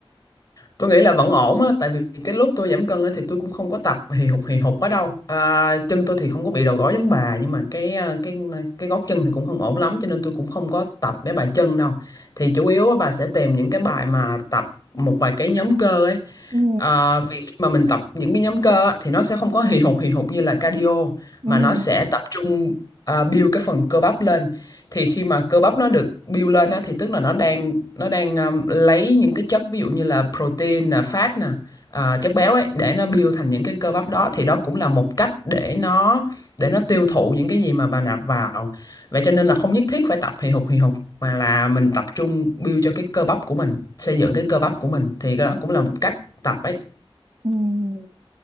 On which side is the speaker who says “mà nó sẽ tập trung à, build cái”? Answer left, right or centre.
Left